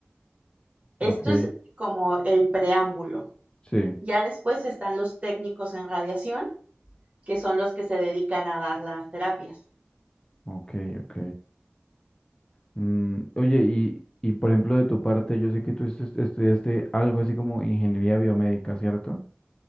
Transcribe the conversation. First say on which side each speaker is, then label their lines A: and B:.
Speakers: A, on the right; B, on the left.
A: Esto
B: Ok,
A: es como el preámbulo.
B: sí,
A: Ya después están los técnicos en radiación, que son los que se dedican a dar las terapias.
B: ok, ok. Mm, oye, y, y por ejemplo, de tu parte, yo sé que tú estu- estudiaste algo así como ingeniería biomédica, ¿cierto?